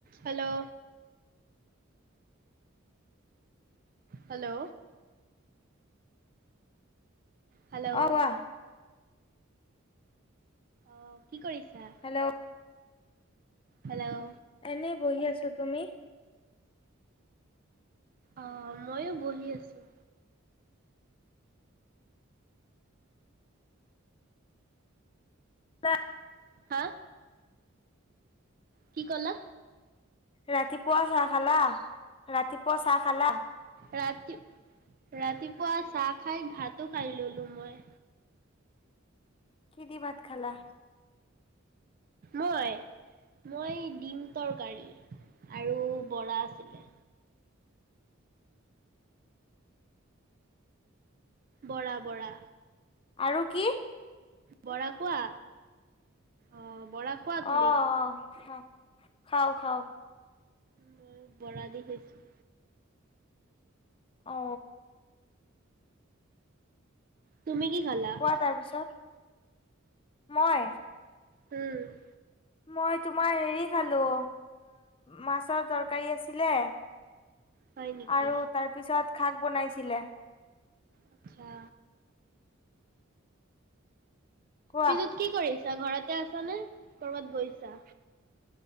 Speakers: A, on the right; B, on the left.
A: হেল্ল'। হেল্ল'। হেল্ল'
B: অ কোৱা
A: অ' কি কৰিছা?
B: হেল্ল'
A: হেল্ল'
B: এনেই বহি আছোঁ। তুমি?
A: অঁ, ময়ো বহি আছোঁ।
B: তা।
A: হা? কি কলা?
B: ৰাতিপুৱা চাহ খালা, ৰাতিপুৱা চাহ খালা।
A: ৰাতি, ৰাতিপুৱা চাহ খাই ভাতো খাই ললো মই।
B: কিহে দি ভাত খালা।
A: মই, মই ডিম তৰকাৰী আৰু বৰা আছিলে। বৰা বৰা।
B: আৰু কি?
A: বৰা খোৱা অ' বৰা। খোৱা
B: অ'
A: তুমি
B: অ' অ' খাওঁ খাওঁ।
A: মইয় বৰা দিশ হৈছো।
B: অঁ।
A: তুমি কি খালা।
B: কোৱা তাৰ পিছত। মই।
A: উম।
B: মই তোমাৰ হেৰি খালোঁ মাছৰ তৰকাৰী আছিলে।
A: হয় নেকি
B: আৰু তাৰ পিছত শাক বনাইছিলে।
A: আচ্ছা।
B: কোৱা
A: পিছত কি কৰিছা ঘৰতে আছ নে কৰবাত গৈছা।